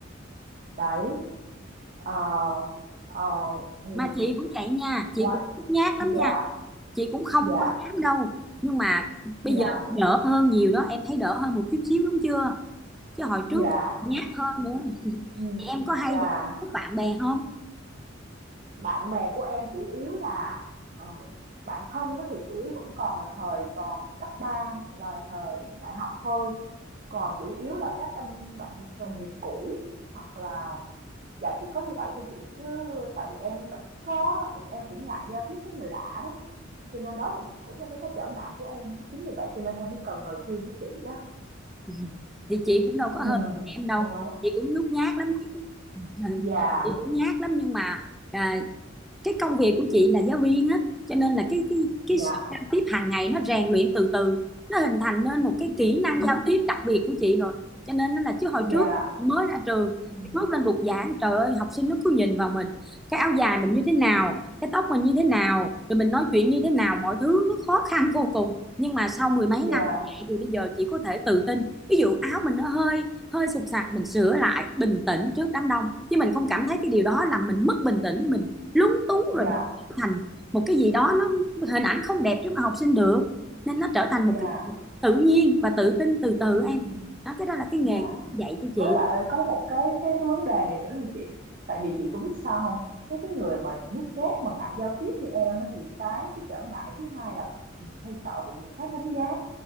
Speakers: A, on the right (about 45°); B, in the centre.
A: đấy ờ, ờ, thì
B: mà chị cũng vậy nha chị
A: ngoài
B: cũng nhát
A: dạ
B: lắm nha chị cũng không
A: dạ
B: có dám đâu nhưng mà bây
A: dạ
B: giờ đỡ hơn nhiều đó em thấy đỡ hơn một chút xíu đúng chưa chứ hồi
A: Dạ,
B: trước nhát hơn nữa
A: ừm,
B: thì em có hay
A: dạ.
B: đi với bạn bè không <laughs>
A: Bạn bè của em chủ yếu là, ờ, bạn thân á thì chủ yếu vẫn còn là thời còn cấp 3 và thời đại học thôi, còn chủ yếu là các anh bạn đồng nghiệp cũ hoặc là dạ chỉ có như vậy thôi chị, chứ tại vì em ít có em cũng ngại giao tiếp với người lạ đó, cho nên đó là cũng là cái cái trở ngại của em đó, chính vì vậy cho nên em mới cần lời khuyên của chị đó.
B: Ừ. thì chị cũng đâu có
A: Ừm,
B: hơn em đâu
A: đó,
B: chị cũng nhút nhát lắm Ừ, <laughs>
A: dạ,
B: chị cũng nhát lắm nhưng mà à, cái công việc của chị là giáo viên á cho nên là cái cái cái
A: dạ,
B: sự giao tiếp hàng ngày nó rèn luyện từ từ nó hình thành nên một cái kỹ năng giao tiếp đặc biệt của chị rồi cho nên nó là chứ hồi
A: dạ,
B: trước chị mới ra trường
A: ừm,
B: chị bước lên bục giảng trời ơi học sinh nó cứ nhìn vào mình cái áo dài mình như thế nào cái tóc mình như thế nào rồi mình nói chuyện như thế nào mọi thứ nó khó khăn vô cùng nhưng mà sau mười mấy năm
A: dạ.
B: như vậy thì bây giờ chị có thể tự tin ví dụ áo mình nó hơi hơi sụp sạc mình sửa lại bình tĩnh trước đám đông chứ mình không cảm thấy cái điều đó làm mình mất bình tĩnh mình lúng túng
A: Dạ,
B: rồi mình trở thành một cái gì đó nó hình ảnh không đẹp trước mà học sinh được nên nó trở thành
A: dạ,
B: một cái tự nhiên và tự tin từ từ
A: ừm,
B: em đó cái đó là cái nghề
A: dạ.
B: dạy cho chị
A: Với lại có một cái cái cái vấn đề này nữa là chị, tại vì chị có biết sao không Cái cái người mà nhút nhát mà ngại giao tiếp như em á, thì cái cái trở ngại thứ hai là mình hay sợ bị người khác đánh giá.